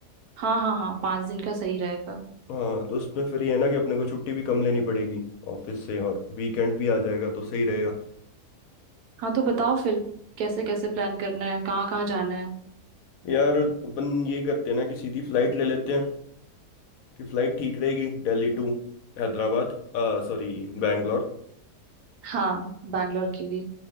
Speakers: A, on the right; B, on the left.
A: हाँ हाँ हाँ पाँच दिन का सही रहेगा
B: हाँ तो उसमें फिर ये है ना कि अपने को छुट्टी भी कम लेनी पड़ेगी ऑफिस से और वीकेंड भी आ जाएगा तो सही रहेगा
A: हाँ तो बताओ फिर कैसे कैसे प्लान करना है कहाँ कहाँ जाना है
B: यार अपन ये करते हैं ना कि सीधी फ्लाइट ले लेते हैं कि फ्लाइट ठीक रहेगी दिल्ली टू हैदराबाद सॉरी बैंगलोर
A: हाँ बैंगलोर के लिए